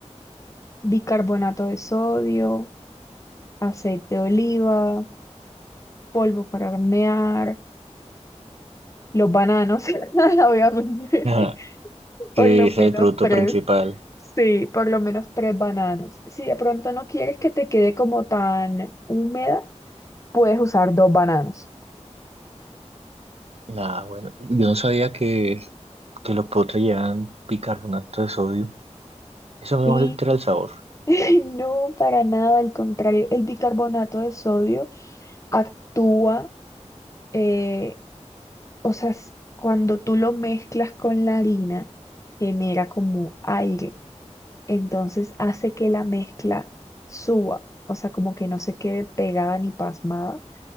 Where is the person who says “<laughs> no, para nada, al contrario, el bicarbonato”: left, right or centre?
Left